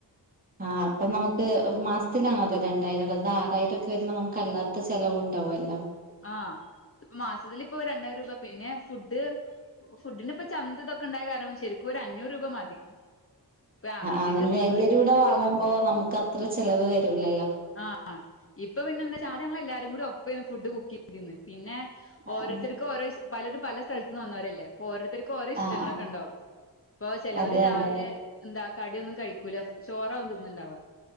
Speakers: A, on the right; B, on the left.
A: ആഹ് അപ്പൊ നമുക്ക് ഹ് മാസ്‌ ത്തിലാണൊ രണ്ടായിരൊക്കെ അതൊ ആറായിരൊക്കെ വരുബൊ നമുക്ക്ല്ലാത്ത ത്ത ചെലവുണ്ടാവോല്ലൊ
B: ആഹ് മാസത്തിൽ പ്പൊ രണ്ടായിരൂപ പിന്നെ ഫുഡ് ഫുഡിന് ഇപ്പൊ ചന്ത് ഇതൊക്കെണ്ടായ കാരണം ശെരിക്കും ഒര് അഞ്ഞൂരൂപ മതി ഇപ്പ അധികം
A: ആഹ് ആയിനെരുടെ
B: വീ
A: വാങ്ങുമ്പോ നമുക്കത്ര ചെലവ് വരൂലല്ലോ
B: ആഹ് ഇപ്പൊ പിന്നെന്താച്ച ആദ്യങ്ങളെല്ലാരും കൂടി ഫുഡ് കുക്കി രിന്ന് പിന്നെ
A: ആഹ്
B: ഓരോര്ത്തര്ക്കും ഓരോ ഇഷ് പലരും പല സ്ഥൽത്ന്ന് വന്നോരല്ലേ പ്പൊ ഓരോര്ത്തര്ക്കൊരോ ഇഷ്ടങ്ങളോകെഇണ്ടാവും
A: ആഹ് ആഹ്
B: പ്പൊ ചെലോര്
A: അതെ
B: രാവിലെ
A: അതെ
B: എന്താ കഡ്യോന്നും കഴിക്കൂല ചോറാവും തിന്ണ്ടാവ